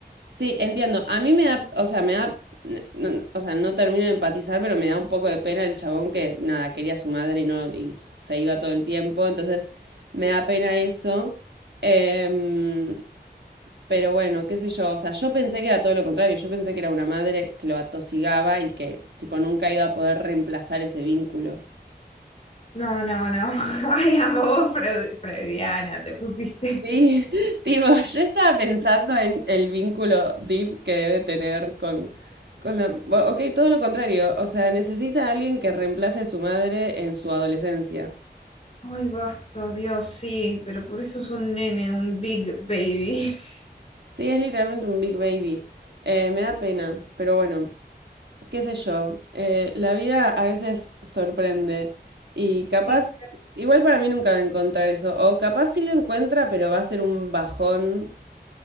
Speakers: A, on the right; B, on the left.
A: Sí, entiendo. A mí me da, o sea, me da, no- no- o sea, no termino de empatizar, pero me da un poco de pena el chabón que nada, quería a su madre y no, y se iba todo el tiempo. Entonces, me da pena eso. Em, pero bueno, qué sé yo. O sea, yo pensé que era todo lo contrario. Yo pensé que era una madre que lo atosigaba y que, tipo, nunca iba a poder reemplazar ese vínculo.
B: No, no, no. <laughs> Ay, amo, vos freu- freudiana te pusiste.
A: Sí,
B: <laughs>
A: <laughs> tipo, yo estaba pensando en el vínculo deep que debe tener con, con la... bueno, ok, todo lo contrario, o sea, necesita a alguien que reemplace a su madre en su adolescencia.
B: Ay, basta, Dios, sí, pero por eso es un nene, un big baby. <laughs>
A: Sí, es literalmente un big baby. Eh, me da pena, pero bueno, qué sé yo. Eh, la vida a veces sorprende y
B: Sí,
A: capaz, igual para mí nunca va a encontrar eso, o capaz sí lo encuentra, pero va a ser un bajón.